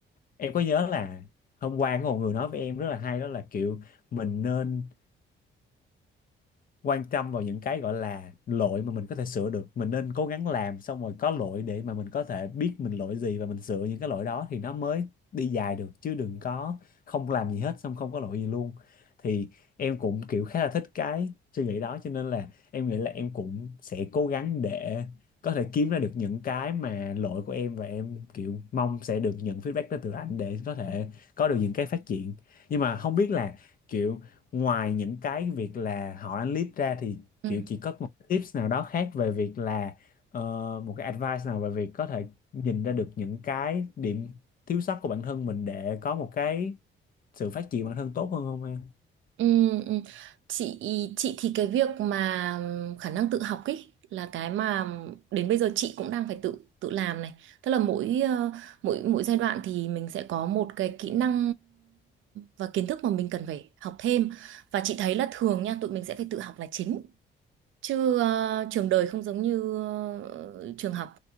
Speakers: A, on the left; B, on the right.
A: Em có nhớ là hôm qua có một người nói với em rất là hay đó là kiểu mình nên quan tâm vào những cái gọi là lỗi mà mình có thể sửa được mình nên cố gắng làm xong rồi có lỗi để mà mình có thể biết mình lỗi gì và mình sửa những cái lỗi đó thì nó mới đi dài được chứ đừng có không làm gì hết xong không có lỗi gì luôn thì em cũng kiểu khá là thích cái suy nghĩ đó cho nên là em nghĩ là em cũng sẽ cố gắng để có thể kiếm ra được những cái mà lỗi của em và em kiểu mong sẽ được nhận feedback đó từ anh để có thể có được những cái phát triển nhưng mà không biết là kiểu ngoài những cái việc là họ ăn lead ra thì
B: Ừ.
A: kiểu chị có một tips nào đó khác về việc là ờ, một cái advice nào về việc có thể nhìn ra được những cái điểm thiếu sót của bản thân mình để có một cái sự phát triển bản thân tốt hơn không em?
B: Ừ. ừ. Chị chị thì cái việc mà ừm, khả năng tự học ấy là cái mà đến bây giờ chị cũng đang phải tự tự làm này. Tức là mỗi ờ, mỗi mỗi giai đoạn thì mình sẽ có một cái kỹ năng và kiến thức mà mình cần phải học thêm và chị thấy là thường nha tụi mình sẽ phải tự học là chính chứ ờ, trường đời không giống như ờ, trường học